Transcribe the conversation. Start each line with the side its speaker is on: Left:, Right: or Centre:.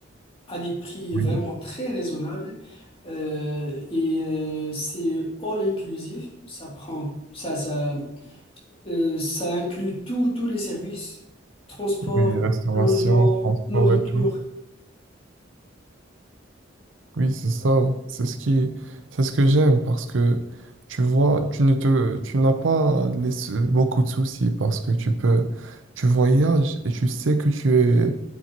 Left: à des prix
Right: Oui,
Left: vraiment très raisonnables. Euh, et euh, c'est all inclusive. Ça prend ça, ça. Euh, ça inclut tout- tous les services, transport,
Right: Oui, restauration,
Left: logement,
Right: transport
Left: nourriture.
Right: et tout. Oui, c'est ça. C'est ce qui, c'est ce que j'aime parce que tu vois, tu ne te, tu n'as pas les sou- beaucoup de soucis parce que tu peux, tu voyages et tu sais que tu es,